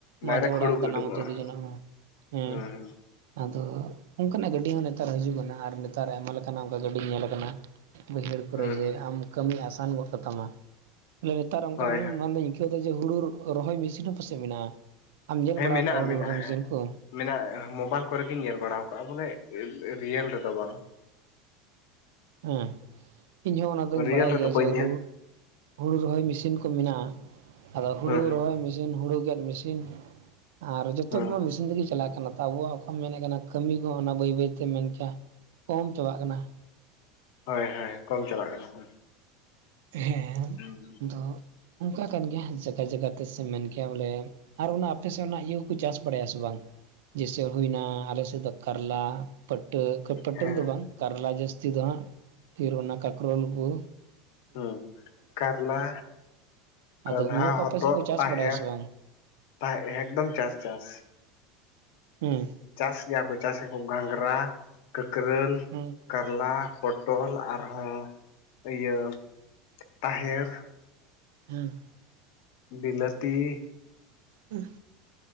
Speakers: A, on the left; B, on the right.
A: ᱰᱟᱭᱨᱮᱠᱴ
B: ᱟᱫᱚ ᱚᱲᱟᱜ
A: ᱦᱩᱲᱩ ᱠᱚ
B: ᱫᱟᱱᱟ
A: ᱩᱰᱩᱠᱚᱜᱼᱟ
B: ᱢᱚᱛᱚ ᱤᱫᱤ
A: ᱦᱩᱸ
B: ᱡᱚᱱᱟᱜ ᱢᱮ ᱦᱮᱸ᱾
A: ᱦᱩᱸ
B: ᱟᱫᱚ ᱚᱱᱠᱟᱱᱟᱜ ᱜᱟᱹᱰᱤ ᱦᱚᱸ ᱱᱮᱛᱟᱨ ᱦᱤᱡᱩᱜ ᱠᱟᱱᱟ, ᱟᱨ ᱱᱮᱛᱟᱨ ᱟᱭᱢᱟ ᱞᱮᱠᱟᱱᱟᱜ ᱚᱱᱠᱟ ᱜᱟᱹᱰᱤ ᱧᱮᱞ ᱟᱠᱟᱱᱟ᱾ ᱵᱟᱹᱭᱦᱟᱹᱲ ᱠᱚᱨᱮ
A: ᱦᱩᱸ
B: ᱡᱮ
A: ᱦᱩᱸ
B: ᱟᱢ ᱠᱟᱹᱢᱤ ᱟᱥᱟᱱ ᱜᱚᱫ ᱠᱟᱛᱟᱢᱟ᱾ ᱵᱚᱞᱮ ᱱᱮᱛᱟᱨ ᱚᱱᱠᱟ
A: ᱦᱳᱭ
B: ᱦᱚᱸ
A: ᱦᱳᱭ
B: ᱵᱟᱝᱫᱚᱧ ᱱᱤᱛᱚᱜ ᱡᱮ ᱦᱳᱲᱩ ᱨᱚᱦᱚᱭ ᱢᱮᱥᱤᱱ ᱦᱚᱸ ᱯᱟᱥᱮᱡ ᱢᱮᱱᱟᱜᱼᱟ᱾ ᱟᱢ ᱧᱮᱞ
A: ᱦᱮᱸ
B: ᱵᱟᱲᱟ
A: ᱢᱮᱱᱟᱜᱼᱟ
B: ᱟᱠᱟᱜᱼᱟ ᱦᱳᱲᱩ
A: ᱢᱮᱱᱟᱜᱼᱟ
B: ᱨᱚᱦᱚᱭ ᱢᱮᱥᱤᱱ
A: ᱦᱮᱸ
B: ᱠᱚ?
A: ᱢᱮᱱᱟᱜᱼᱟ᱾ ᱢᱳᱵᱟᱭᱤᱞ ᱠᱚᱨᱮᱜᱤᱧ ᱧᱮᱞ ᱵᱟᱲᱟ ᱟᱠᱟᱜ ᱵᱚᱞᱮ ᱨᱤᱭᱮᱞ ᱨᱮᱫᱚ ᱵᱟᱝ᱾
B: ᱦᱮᱸ᱾ ᱤᱧ ᱦᱚᱸ ᱚᱱᱟ ᱫᱩᱧ
A: ᱨᱤᱭᱮᱞ
B: ᱵᱟᱲᱟᱭ
A: ᱨᱮᱫᱚ
B: ᱜᱮᱭᱟ
A: ᱵᱟᱹᱧ
B: ᱡᱮ,
A: ᱧᱮᱞ
B: ᱨᱩ ᱦᱩᱲᱩ ᱨᱚᱦᱚᱭ ᱢᱮᱥᱤᱱ ᱠᱚ ᱢᱮᱱᱟᱜᱼᱟ, ᱟᱫᱚ ᱦᱩᱲᱩ
A: ᱦᱩᱸ ᱦᱩᱸ
B: ᱨᱚᱦᱚᱭ ᱢᱮᱥᱤᱱ ᱦᱩᱲᱩ ᱜᱮᱫ ᱢᱮᱥᱤᱱ ᱟᱨ ᱡᱚᱛᱚ
A: ᱦᱩᱸ
B: ᱠᱚᱢᱟ ᱢᱮᱥᱤᱱ ᱛᱮᱜᱮ ᱪᱟᱞᱟᱜ ᱠᱟᱱᱟ᱾ ᱟᱵᱚᱣᱟᱜ ᱚᱠᱟᱢ ᱢᱮᱱᱮᱫ ᱠᱟᱱᱟ, ᱠᱟᱹᱢᱤ ᱠᱚ ᱚᱱᱟ ᱵᱟᱹᱭ ᱵᱟᱹᱭᱛᱮ ᱢᱮᱱ ᱠᱮᱭᱟ ᱠᱚᱢ ᱪᱟᱵᱟᱜ ᱠᱟᱱᱟ᱾
A: ᱦᱳᱭ ᱦᱳᱭ, ᱠᱚᱢ ᱪᱟᱵᱟᱜ ᱠᱟᱱᱟ ᱦᱳᱭ᱾
B: ᱦᱮᱸ᱾
A: ᱦᱩᱸᱻ᱾
B: ᱟᱫᱚ ᱚᱝᱠᱟ ᱠᱟᱱ ᱜᱮᱭᱟ ᱡᱟᱜᱟ ᱡᱟᱜᱟ ᱛᱮ ᱥᱮ ᱢᱮᱱ ᱠᱮᱭᱟ ᱵᱚᱞᱮ ᱟᱨ ᱚᱱᱟ ᱟᱯᱮ ᱥᱮᱡ ᱚᱱᱟ ᱤᱭᱟᱹ ᱠᱩᱠᱩ ᱪᱟᱥ ᱵᱟᱲᱟᱭᱟ ᱥᱮ ᱵᱟᱝ? ᱡᱮᱭᱥᱮᱹ ᱦᱩᱭᱱᱟ ᱟᱞᱮ ᱥᱮᱫ ᱫᱚ ᱠᱟᱨᱞᱟ ᱯᱟᱴᱟᱹ ᱯᱟᱹᱴᱟᱹᱞ
A: ᱦᱮᱸ
B: ᱫᱚ ᱵᱟᱝ ᱠᱟᱨᱞᱟ ᱡᱟᱹᱥᱛᱤ ᱫᱚ ᱦᱟᱸᱜ ᱯᱷᱤᱨ ᱚᱱᱟ ᱠᱟᱠᱨᱳᱞ ᱠᱩ᱾
A: ᱦᱮᱸ ᱠᱟᱨᱞᱟ,
B: ᱟᱫᱚ
A: ᱠᱚᱸᱰᱷᱟ,
B: ᱱᱚᱣᱟ ᱠᱚ
A: ᱦᱚᱛᱚᱫ,
B: ᱟᱯᱮ ᱥᱮᱫ ᱠᱚ ᱪᱟᱥ
A: ᱛᱟᱦᱮᱨ᱾
B: ᱵᱟᱲᱟᱭᱟ ᱥᱮ ᱵᱟᱝ?
A: ᱛᱟᱦ ᱮᱠᱫᱚᱢ ᱪᱟᱥ ᱪᱟᱥ ᱾
B: ᱦᱩᱸ᱾
A: ᱪᱟᱥ ᱜᱮᱭᱟ ᱠᱚ, ᱪᱟᱥ ᱟᱠᱚ ᱜᱷᱟᱸᱜᱽᱨᱟ, ᱠᱟᱹᱠᱨᱟᱹᱞ
B: ᱦᱩᱸ᱾
A: ᱠᱟᱨᱞᱟ ᱯᱚᱴᱚᱞ ᱟᱨᱦᱚᱸ ᱤᱭᱟᱹ ᱛᱟᱦᱮᱨ
B: ᱦᱩᱸ᱾
A: ᱵᱤᱞᱟᱹᱛᱤ ᱾
B: ᱩᱸᱦ᱾